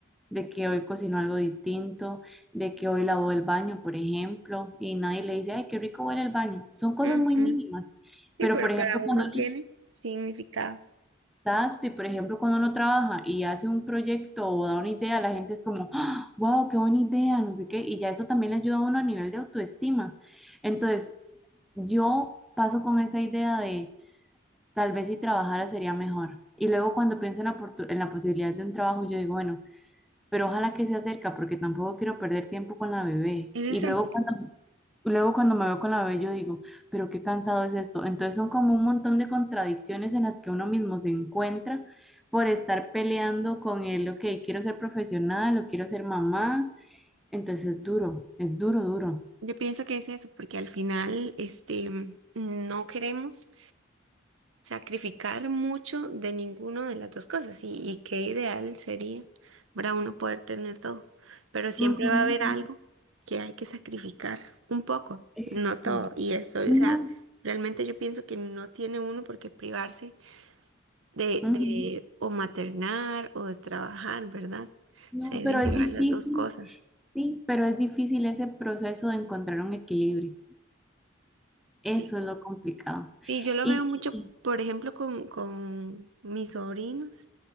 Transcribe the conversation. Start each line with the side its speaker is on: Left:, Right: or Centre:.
Centre: de que hoy cocinó algo distinto, de que hoy lavó el baño, por ejemplo, y nadie le dice, ay, qué rico huele el baño. Son cosas
Right: Ujú.
Centre: muy mínimas,
Right: Sí,
Centre: pero
Right: pero
Centre: por ejemplo,
Right: para uno
Centre: cuando uno,
Right: tiene significado.
Centre: Exacto, y por ejemplo, cuando uno trabaja y hace un proyecto o da una idea, la gente es como, wow, qué buena idea, no sé qué, y ya eso también le ayuda a uno a nivel de autoestima. Entonces, yo paso con esa idea de tal vez si trabajara sería mejor. Y luego cuando pienso en la, oportu- en la posibilidad de un trabajo, yo digo, bueno, pero ojalá que se cerca porque tampoco quiero perder tiempo con la bebé.
Right: Ese
Centre: Y
Right: es
Centre: luego
Right: el
Centre: cuando Luego cuando me veo con la bebé yo digo, pero qué cansado es esto. Entonces son como un montón de contradicciones en las que uno mismo se encuentra por estar peleando con el, ok, quiero ser profesional o quiero ser mamá. Entonces es duro, es duro, duro.
Right: Yo pienso que es eso, porque al final, este, no queremos sacrificar mucho de ninguna de las dos cosas y, y qué ideal sería para uno poder tener todo, pero siempre
Centre: Ujú.
Right: va a haber algo que hay que sacrificar un poco,
Centre: Eso.
Right: no todo, y eso, o
Centre: No,
Right: sea, realmente yo pienso que no tiene uno por qué privarse de,
Centre: ujú,
Right: de o maternar o de trabajar, ¿verdad?
Centre: no,
Right: Se deben
Centre: pero es
Right: llevar
Centre: difícil,
Right: las dos cosas.
Centre: sí, pero es difícil ese proceso de encontrar un equilibrio. Eso
Right: sí.
Centre: es lo complicado.
Right: Sí, yo lo
Centre: Y,
Right: veo mucho,
Centre: y- y-
Right: por ejemplo, con, con mis sobrinos.